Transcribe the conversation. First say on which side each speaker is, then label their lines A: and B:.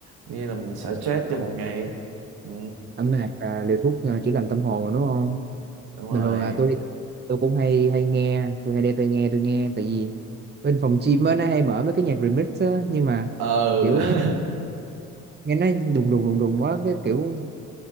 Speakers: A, on the right (about 70°); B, on the right (about 25°).
A: như là mình xả stress cho một ngày ừ,
B: âm nhạc là liều thuốc ờ, chữa lành tâm hồn mà đúng không?
A: đúng rồi
B: Bình thường là tôi tôi cũng hay hay nghe, tôi hay đem tai nghe tôi nghe tại vì bên phòng gym á nó hay mở mấy cái nhạc remix á nhưng mà
A: ờ
B: kiểu mấy nghe nó đùng đùng đùng đùng quá cái kiểu